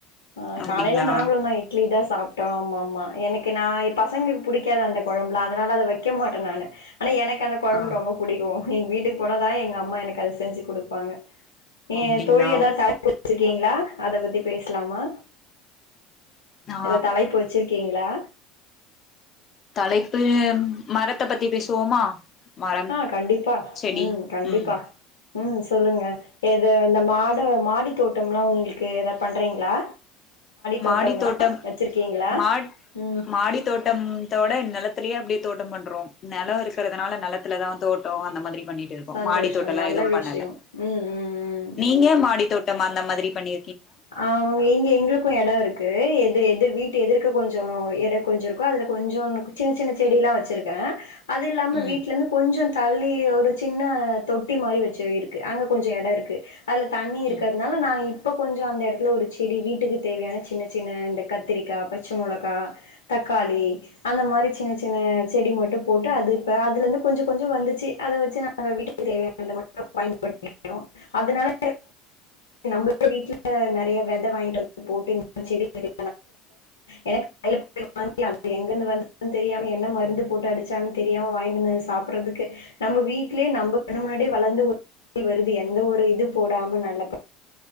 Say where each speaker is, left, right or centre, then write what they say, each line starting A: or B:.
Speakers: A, on the left; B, on the left.
A: ஆஹ்
B: அப்டிங்களா
A: காலையில நாங்களு தான் இட்லி தான் சாப் டோம் ஆமா ஆமா எனக்கு நாய் பசங்க புடிக்காத அந்த கொழம்புலான் அதனால அத வக்க மாட்டேன் நானு ஆனா எனக்கு அந்த கொழம்பு
B: ஆ
A: ரொம்ப புடிக்கும் எங்க வீட்டுக்கு போனாதான் எங்க அம்மா எனக்கு அது செஞ்சு குடுப்பாங்க ஏ
B: அப்டிங்களா
A: தோழி எதாவ <inaudible> இல்லிங்களா அத பத்தி பேசலாமா
B: ஆ
A: ஏதோ தலைப்பு வச்சிருக்கீங்களா
B: தலைப்பு மரத்த பத்தி பேசுவோமா மரம்
A: ஆஹ் கண்டிப்பா
B: செடி
A: உம் கண்டிப்பா
B: ம்
A: ம் சொல்லுங்க எது இந்த மாட மாடி தோட்டம்லாம் உங்களுக்கு எதா பண்றீங்களா தோட்டம்லா
B: மாடி தோட்டம்
A: வச்சிருக்கீங்களா
B: மா
A: ம்
B: மாடி தோட்டம்த்தோட நில த்திலயே அப்டி தோட்டம் பண்றோம் நெலம் இருக்கிறதுனால நெலத்துலதான் தோட் டம் அந்த மாதிரி பண்ணிட்டு இருக்கோம்
A: சந்தோஷோ
B: மாடி தோட்டலாம்
A: நல்ல
B: எதுவும் பண்ணல
A: விஷயோ ம் ம் ம்
B: நீங்க மாடி தோட்டம் அந்த மாதிரி பண்ணி
A: அவுங்க எங்க எங்களுக்கு கும் எடம் இருக்கு எதிர் எதிர் வீட்டு எதிர்க கொஞ்ச எடம் கொஞ்ச இருக்கு அதுல கொஞ்ச சின்ன சின்ன செடிலான் வச்சிருக்கேன் அது இல்லாம
B: ம்
A: வீட்ல இருந்து கொஞ்ச தள்ளி ஒரு சின்ன தொட்டி மாரி வச்சு இருக்கு அங்க கொஞ்ச எடம் இருக்கு அதுல தண்ணி இருக்கிறதுனால
B: ம்
A: நான் இப் இப்ப கொஞ்ச அந்த இடத்துல ஒரு செடி வீட்டுக்கு தேவையான சின்ன சின்ன இந்த கத்திரிக்கா பச்ச மொளகா தக்காளி அந்த மாரி சின்ன சின்ன செடி மட்டு போட்டு அது இப்ப அதுல இருந்து கொஞ்ச கொஞ்ச வந்துச்சு அத வச்சு நாங்க வீட்டுக்கு தேவயானது மட்டும் பயன்படுத்திக்குவோம் அதனால <inaudible> நம்பலு வீட்டுல நிறைய விதை வாங்கிட்டு வந்து போட்டு இந்த செடி தெரிய எனக்கு போய் வாங்க அது எங்கிருந்து வந்து தெரியாம என்ன மருந்து போட்டு அடிச்சான்னு தெரியாம வாங்கிட்டு சாப்பிடுறதுக்கு நம்ம வீடலயே நம்மகண்ணு முன்னாடியே வளர்ந்து வருது எந்த ஒரு இது போடாம நல்ல